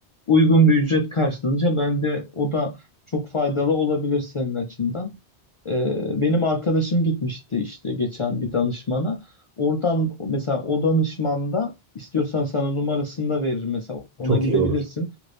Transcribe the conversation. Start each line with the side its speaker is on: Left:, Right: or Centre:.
Left: uygun bir ücret karşılığınca bence o da çok faydalı olabilir senin açından. Ee, benim arkadaşım gitmişti işte geçen bir danışmana. Oradan mesela o danışman da istiyorsan sana numarasını da verir mesela ona
Right: Çok
Left: gidebilirsin.
Right: iyi olur.